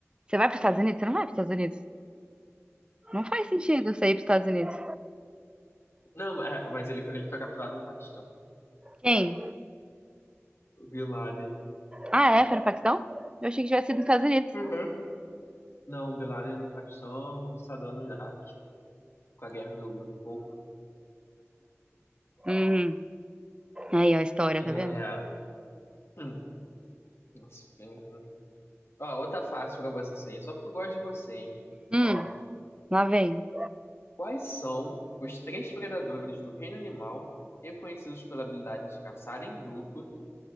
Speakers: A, on the right; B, on the left.
A: você vai pros Estados Unidos? Você não vai pros Estados Unidos. Não faz sentido você ir pros Estados Unidos.
B: Não, mas é, mas ele foi, ele foi capturado no Paquistão.
A: Quem?
B: O Bin Laden.
A: Ah, é? Foi no Paquistão? Eu achei que tivesse sido nos Estados Unidos.
B: Uhum. Não, o Bin Laden no Paquistão e o Saddam no Iraque, com a guerra do no Golfo.
A: Hum. Aí, ó, a história,
B: É.
A: tá vendo?
B: hum, Nossa, bem garoto. Ó, outra fácil pra você, hein? Só porque eu gosto de você, hein?
A: Hum,
B: Ó,
A: lá vem.
B: quais são os três predadores do reino animal reconhecidos pela habilidade de caçar em grupo?